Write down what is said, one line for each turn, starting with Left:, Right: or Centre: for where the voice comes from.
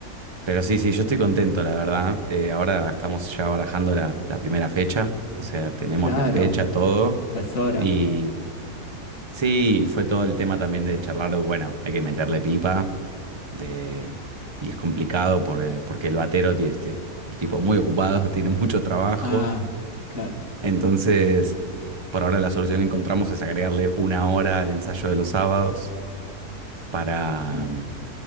Right: pero sí, sí, yo estoy contento, la verdad. Eh, ahora estamos ya barajando la, la primera fecha, o sea, tenemos
Left: Claro,
Right: la fecha, todo.
Left: ya es hora.
Right: Y sí, fue todo el tema también de charlar, de, bueno, hay que meterle pipa, de, y es complicado por, eh, porque el batero tiene, este, tipo muy ocupado, <laughs> tiene mucho trabajo.
Left: Ah, claro.
Right: Entonces Por ahora la solución que encontramos es agregarle una hora al ensayo de los sábados para,
Left: Mm.
Right: mm,